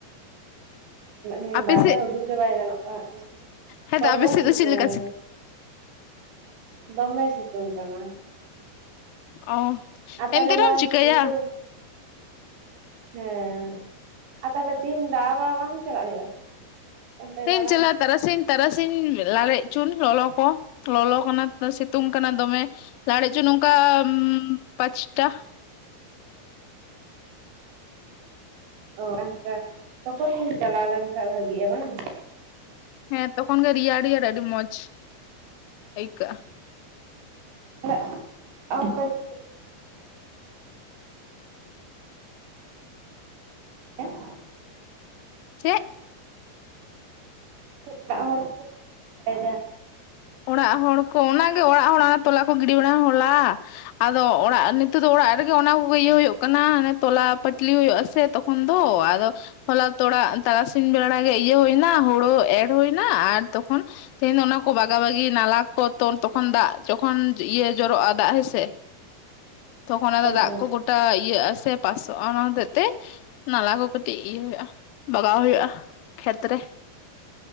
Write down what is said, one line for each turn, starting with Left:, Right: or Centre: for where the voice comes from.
Right: ᱦᱮᱸ
Left: ᱟᱯᱮ
Right: ᱵᱟᱨᱦᱮ
Left: ᱥᱮᱫ
Right: ᱩᱰᱩᱠ ᱜᱮ ᱵᱟᱭ ᱜᱟᱱᱚᱜ ᱠᱟᱱᱟ
Left: ᱦᱮᱸᱛᱚ
Right: ᱫᱚᱢᱮ
Left: ᱟᱯᱮ ᱥᱮᱫ
Right: ᱥᱤᱛᱩᱝ᱾
Left: ᱫᱚ ᱪᱮᱫ ᱞᱮᱠᱟ
Right: ᱫᱚᱢᱮ ᱥᱤᱛᱩᱝ ᱠᱟᱱᱟ᱾
Left: ᱚ
Right: ᱟᱨ ᱛᱟᱦᱚᱞᱮ
Left: ᱮᱱᱛᱮ
Right: ᱱᱚᱣᱟ
Left: ᱨᱮᱦᱚᱸᱢ ᱪᱤᱠᱟᱹᱭᱟ᱾
Right: ᱥᱤᱛᱩᱝ ᱦᱮᱸ ᱟᱨ ᱛᱟᱦᱚᱞᱮ ᱛᱤᱦᱤᱱ ᱫᱟᱬᱟ ᱵᱟᱲᱟ ᱵᱟᱝ ᱪᱟᱞᱟᱜ ᱦᱩᱭᱩᱜᱼᱟ᱾ ᱚᱱᱛᱮ
Left: ᱛᱮ
Right: ᱫᱟᱬᱟᱱ
Left: ᱪᱟᱞᱟᱛ ᱛᱟᱨᱟᱥᱤᱧ ᱛᱟᱨᱟᱥᱤᱧ ᱞᱟᱲᱮᱡᱪᱚᱱ ᱞᱚᱞᱚ ᱠᱚ ᱞᱚᱞᱚ ᱠᱟᱱᱟ ᱥᱤᱛᱩᱝ ᱠᱟᱱᱟ ᱫᱚᱢᱮ᱾ ᱞᱟᱲᱮᱪᱚ ᱱᱚᱝᱠᱟ ᱩᱸ ᱯᱟᱸᱪᱴᱟ᱾
Right: ᱚ ᱯᱟᱸᱪᱴᱟ ᱛᱚᱠᱷᱚᱱᱤᱧ ᱪᱟᱞᱟᱣ ᱞᱮᱱᱠᱷᱟᱱ ᱵᱷᱟᱹᱜᱤᱜᱼᱟ ᱵᱟᱝ
Left: ᱦᱮᱸ ᱛᱚᱠᱷᱚᱱ ᱜᱮ ᱨᱮᱭᱟᱲ ᱨᱮᱭᱟᱲ ᱟᱹᱰᱤ ᱢᱚᱸᱡᱽ ᱟᱹᱭᱠᱟᱹᱜᱼᱟ᱾
Right: <unintelligible> <unintelligible> ᱦᱮᱸ
Left: ᱪᱮᱫ
Right: <unintelligible> ᱦᱚᱲ ᱠᱚ <unintelligible>
Left: ᱚᱲᱟᱜ ᱦᱚᱲ ᱠᱚ ᱚᱱᱟ ᱜᱮ ᱚᱲᱟᱜ ᱦᱚᱲ ᱚᱱᱟ ᱛᱚᱞᱟ ᱠᱚ ᱜᱤᱰᱤ ᱵᱟᱲᱟ ᱦᱚᱞᱟ᱾ ᱟᱫᱚ ᱚᱲᱟᱜ ᱱᱤᱛᱚᱜ ᱫᱚ ᱚᱲᱟᱜ ᱨᱮᱜᱮ ᱚᱱᱟ ᱠᱚᱜᱮ ᱤᱭᱟᱹ ᱦᱩᱭᱩᱜ ᱠᱟᱱᱟ᱾ ᱛᱚᱞᱟ ᱯᱟᱹᱴᱞᱤ ᱦᱩᱭᱩᱜ ᱟᱥᱮ ᱛᱚᱠ ᱠᱷᱚᱱ ᱫᱚ ᱟᱫᱚ ᱦᱚᱞᱟ ᱛᱚᱲᱟ ᱛᱟᱨᱟᱥᱤᱧ ᱵᱮᱲᱟ ᱜᱮ ᱤᱭᱟᱹ ᱦᱩᱭᱱᱟ ᱦᱳᱲᱳ ᱮᱨ ᱦᱩᱭᱱᱟ ᱟᱨ ᱛᱚᱠᱷᱚᱱ ᱛᱮᱦᱧ ᱫᱚ ᱚᱱᱟ ᱠᱚ ᱵᱟᱠ ᱵᱟᱜᱟ ᱵᱟᱜᱤ ᱱᱟᱞᱟ ᱠᱚ ᱛᱚᱨ ᱛᱚᱠᱷᱚᱱ ᱫᱟᱜ ᱡᱚᱠᱷᱚᱱ ᱤᱭᱟᱹ ᱡᱚᱨᱚᱜᱼᱟ ᱫᱟᱜ ᱦᱮᱸᱥᱮ ᱛᱚᱠᱷᱚᱱ ᱟᱫᱚ
Right: ᱦᱳᱭ
Left: ᱫᱟᱜ
Right: ᱦᱳᱭ
Left: ᱠᱚ ᱜᱚᱴᱟ ᱤᱭᱟᱹᱜᱼᱟᱥᱮ ᱯᱟᱥᱚᱜᱼᱟ ᱚᱱᱟ ᱦᱚᱛᱮᱡ ᱛᱮ ᱱᱟᱞᱟ ᱠᱚ ᱠᱟᱹᱴᱤᱡ ᱤᱭᱟᱹ ᱦᱩᱭᱩᱜᱼᱟ ᱵᱟᱜᱟᱣ ᱦᱩᱭᱩᱜᱼᱟ ᱠᱷᱮᱛᱨᱮ᱾